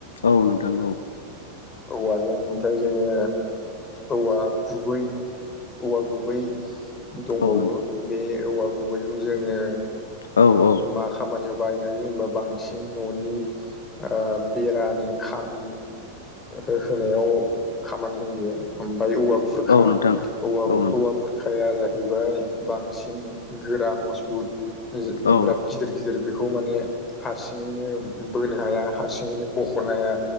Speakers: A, on the left; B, on the left.
A: औ नोंथां औ
B: औवाजों ओमफ्राय जोङो औवा गुबै औवा गुबै दंबावो
A: औ
B: बे औवा गुबैखौ जोङो
A: औ औ
B: मा खामानियाव बायनो हायो होनबा बांसिन न'नि ओ बेरानि। खामि हो होनायाव खामानि होयो ओमफ्राय औवा बुरखा
A: नोंथां
B: औवा
A: औ नोंथां
B: औवा बुर खाया जाहैबाय बांसिन गोरा मजबुत बिराद
A: औ
B: गिदिर गिदिर बे बेखौ माने हारसिङैनो बोनो हाया हारसिङैनो बख'नो हाया।